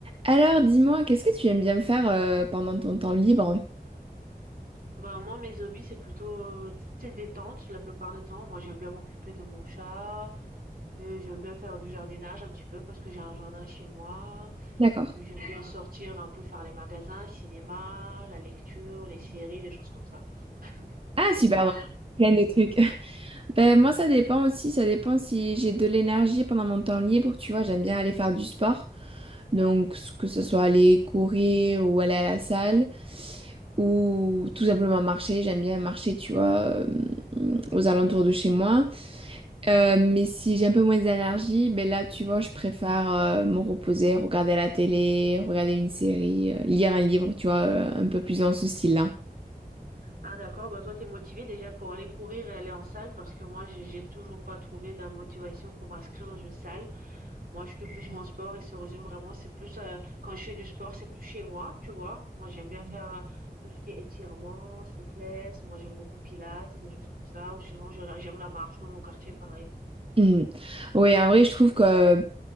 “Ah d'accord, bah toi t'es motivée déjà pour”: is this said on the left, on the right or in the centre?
Right